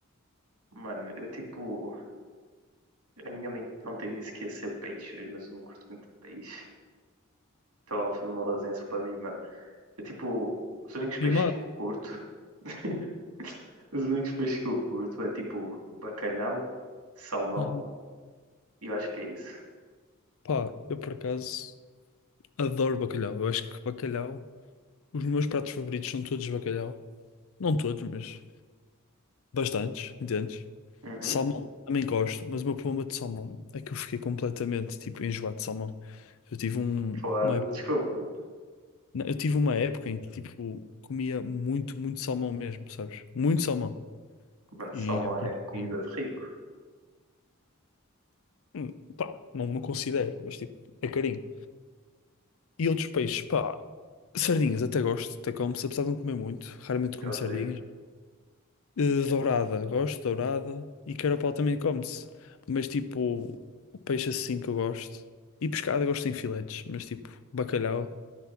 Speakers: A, on the right (about 80°); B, on the left (about 65°).
A: Mano, eu tipo. A minha mãe ontem disse que ia ser peixe hoje, mas eu não curto muito peixe. Então ela fez uma lasanha só para mim, mano. Eu tipo. Os únicos peixes
B: Mimado.
A: que eu curto. <laughs> Os únicos peixes que eu curto é tipo bacalhau, salmão
B: Aham.
A: e eu acho que é isso.
B: Pá, eu por acaso adoro bacalhau. Eu acho que bacalhau. Os meus pratos favoritos são todos de bacalhau. Não todos, mas bastantes, entendes?
A: Uhum.
B: Salmão, também gosto, mas o meu problema de salmão é que eu fiquei completamente tipo enjoado de salmão. Eu tive um-
A: Fogo,
B: uma
A: desculpa.
B: Não, Eu tive uma época em que, tipo, comia muito, muito salmão mesmo, sabes? Muito salmão.
A: Mano,
B: E,
A: salmão
B: é porque-
A: é comida de rico.
B: hum, pá, não, não considero, mas, tipo, é carinho. E outros peixes, pá, sardinhas até gosto, até como, se apesar de não comer muito, raramente como
A: Eu odeio.
B: sardinhas. Eh, dourada, gosto, de dourada. E carapau também come-se. Mas, tipo, o peixe assim que eu gosto. E pescada gosto em filetes, mas, tipo, bacalhau